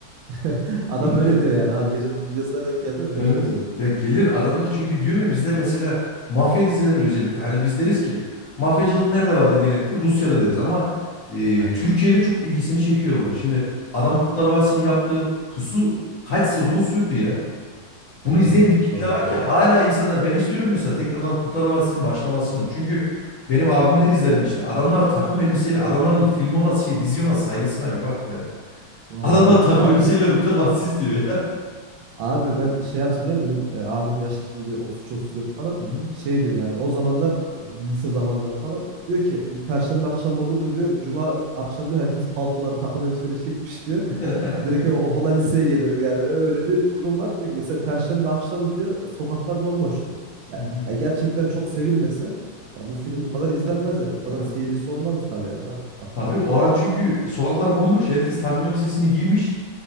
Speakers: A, on the right (about 80°); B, on the left (about 50°).
A: <laughs> Adam
B: <laughs>
A: öyle diyor yani abi. Geçen bir videosuna denk geldim öyle
B: evet
A: bir şey diyordu.
B: ya gelir adamlar çünkü diyorum ya bizde mesela mafya dizilerinin özellikle hani biz deriz ki mafyacılık nerede vardır genellikle Rusya'da deriz ama e,
A: Aynen.
B: Türkiye'de çok ilgisini çekiyor bunu Şimdi adam Kurtlar Vadisi'ni yaptı pusu kaç sezon sürdü ya.
A: Ya
B: Bunu
A: doğru.
B: izleyen bir kitle
A: Doğru
B: var
A: doğru.
B: ki hala insanlar ben istiyorum mesela tekrardan Kurtlar Vadisi'nin başlamasını. Çünkü benim abimler
A: <laughs>
B: izlermişti. Adamlar takım elbiseyle adamların filmi olan şey dizi olan saygısına bir bak ya. <laughs>
A: Doğru
B: Adamlar
A: doğru.
B: takım
A: Abi
B: elbiseyle Kurtlar Vadisi izliyor ya.
A: abi ben şey hatırlıyorum benim e, abim yaşta şimdi 33-34 falan
B: <laughs> Hı hı.
A: şey diyor yani o zamanlar e, bu lise zamanları falan diyor ki Perşembe akşamı olurdu diyor. Cuma akşam diyor herkes paltoları takım elbiseleri çekmiş diyor.
B: <laughs>
A: Direkt o- okula liseye gelirdi yani öyle bir durum var. Diyor ki, mesela Perşembe akşamı diyor sokaklar bomboştu. Yani,
B: Hı hı.
A: e, gerçekten çok sevilmese ya bu film bu kadar izlenmez yani bu kadar
B: Ya,
A: seyircisi olmazdı tabii yani abi baktığın
B: Tabii
A: zaman.
B: o an çünkü sokaklar bomboş. Herkes takım elbisesini giymiş.